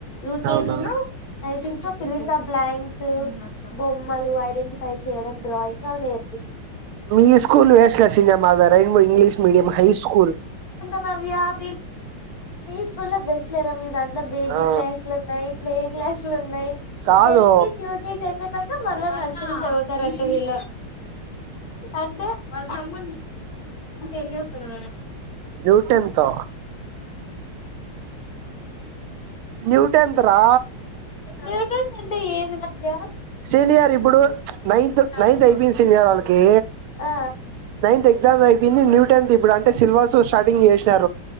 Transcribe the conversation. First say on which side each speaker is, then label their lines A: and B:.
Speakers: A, on the left; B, on the right.
A: యూకెజి
B: అవునా
A: ను ఐంగ్స్ పిలింద బ్లాంక్స్ బొమ్మలు ఐడెంటిఫై చేయడం డ్రాయింగ్ అ నేర్
B: మీ స్కూల్ వేస్ల సీనియర్ మాది రైంగ్ో ఇంగ్లీష్ మీడియం హై స్కూల్
A: వ వ మీ స్కూల్ లో బెస్ట్ లేద మీ దాంట్లో బేబీ
B: ఆ
A: క్లేస్లు ఉన్నాయి ప్లే క్లాసులు ఉన్నాయి
B: కాదు
A: ఎల్కేజి యూకేజి ఐతే నాకు మళ్ళా నర్సరీస్ చదువుతారంటే వీళ్ళు అంటే వాళ్ళమ్ సమ్ ఎం వస్తున్నా
B: న్యూటెన్త్ న్యూటన్ంత రా
A: న్యూటన్ అంటే ఏదినావ్యా
B: సీనియర్ ఇప్పుడు నైన్త్
A: అడుగు
B: నైన్త్ ఐపింది సీనియర్ వాళ్ళకి
A: ఆ
B: నైన్త్ ఎగ్జామ్ అయిపోయింది న్యూ టెన్త్ ఇప్పుడు అంటే సిలబస్ స్టార్టింగ్ చేసినారు